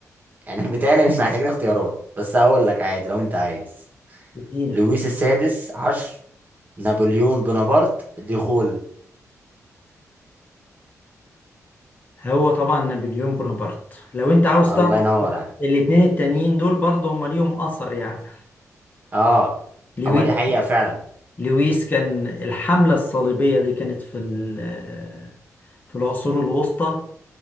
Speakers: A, on the right; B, on the left.
A: يعني <laughs> بيتهيألي مش محتاجين اختيارات بس هقول لك عادي لو انت عايز
B: اديني
A: لويس
B: اختيار
A: السادس عشر نابليون بونابرت ديغول
B: هو طبعا نابليون بونابرت لو انت عاوز
A: الله
B: تعرف
A: ينور عليك
B: الاتنين التانيين دول برضه هما ليهم اثر يعني
A: اه
B: لويس
A: هو دي حقيقه فعلا
B: لويس كان الحملة الصليبية دي كانت في ال- في العصور الوسطى